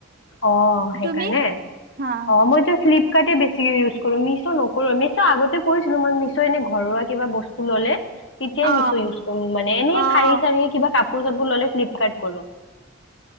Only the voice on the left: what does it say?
অ সেইকাৰণে
অ মইতো ফ্লিপ বেছিকে ইউজ কৰোঁ মিছো নকৰো আমি আগতে কৰি মিছ এনে ঘৰুৱা কিবা বস্তু ললে তেতিয়াই
মিছ ইউচ কৰো মানে এনে
শাৰী চাৰি কিবা কাপোৰ চাপোৰ ললে ফ্লিপ ঠাইত কৰোঁ